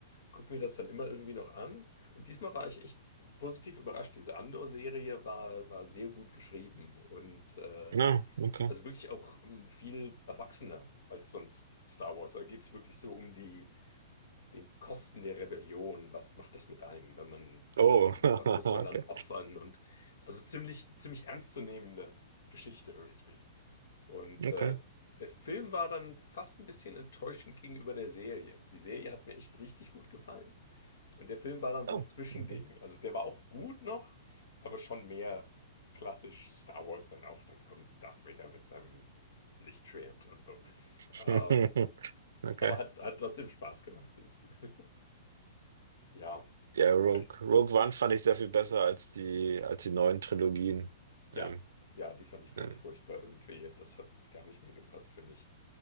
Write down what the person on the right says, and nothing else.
Ja, okay.
Oh,
<laughs>
okay.
Okay.
Oh,
okay.
<laughs>
Okay.
Ja, Rogue,
Rogue One fand ich sehr viel besser als die, als die neuen Trilogien.
Ähm,
ja.